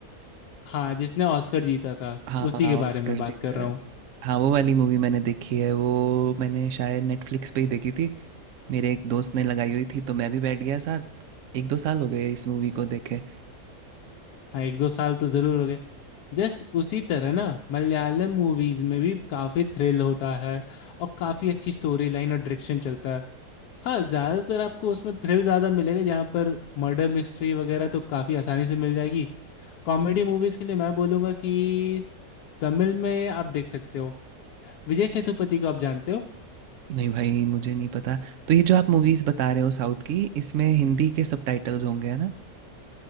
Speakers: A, on the left; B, on the right.
A: हाँ जिसने ऑस्कर जीता था
B: हाँ
A: उसी
B: हाँ हाँ,
A: के
B: ऑस्कर
A: बारे में बात
B: जीता
A: कर रहा
B: है
A: हूँ
B: हाँ वो वाली मूवी मैंने देखी है वो मैंने शायद नेटफ्लिक्स पे ही देखी थी मेरे एक दोस्त ने लगाई हुई थी तो मैं भी बैठ गया साथ एक दो साल हो गए इस मूवी को देखे
A: हाँ एक दो साल तो जरूर हो गए जस्ट उसी तरह ना मलयालम मूवीज में भी काफी थ्रिल होता है और काफी अच्छी स्टोरी लाइन और डायरेक्शन चलता है हाँ ज्यादातर आपको उसमें थ्रिल ज्यादा मिलेगा जहाँ पर मर्डर मिस्ट्री वगैरह तो काफी आसानी से मिल जाएगी कॉमेडी मूवीज के लिए मैं बोलूंगा कि तमिल में आप देख सकते हो विजय सेतुपति को आप जानते हो
B: नहीं भाई मुझे नहीं पता तो ये जो आप मूवीज बता रहे हो साउथ की इसमें हिंदी के सबटाइटल्स होंगे है ना